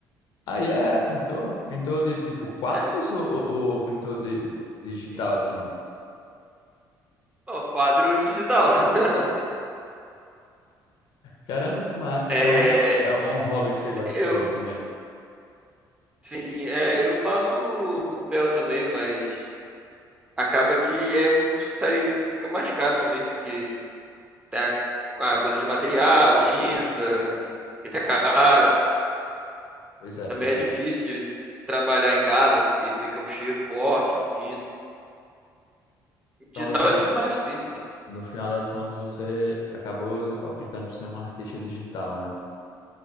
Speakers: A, on the left (about 70°); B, on the right (about 15°).
A: Aí é pintor? Pintor de tipo quadros
B: É,
A: ou, ou, ou pintor de digital
B: sim.
A: assim?
B: Ó, quadro digital. <laughs>
A: Caramba, que massa.
B: É,
A: Então é um, é um hobby que você gosta
B: eu,
A: de fazer também.
B: sim, é, eu faço papel também, mas acaba que é muito, sai, fica mais caro também, porque tem a, a coisa de material, tinta, que é cara
A: Pois é,
B: Também
A: pois
B: é difícil
A: é.
B: de trabalhar em casa, porque fica um cheiro forte de tinta. Digital
A: Então você,
B: é
A: no,
B: tudo mais simples.
A: no final das contas, você acabou optando por ser um artista digital, né?